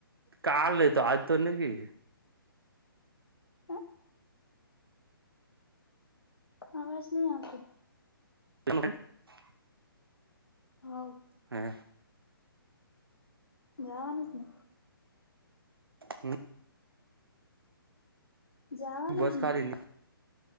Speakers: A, on the right (about 75°); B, on the left (about 85°).
A: કાલ લે તો આજ તો નહિ.
B: હે અવાજ નહી આવતી
A: <inaudible>
B: હ ઉ
A: હે
B: જવાનું જ ને
A: <inaudible>
B: જવાનું
A: બસ
B: જ ને
A: ખાલી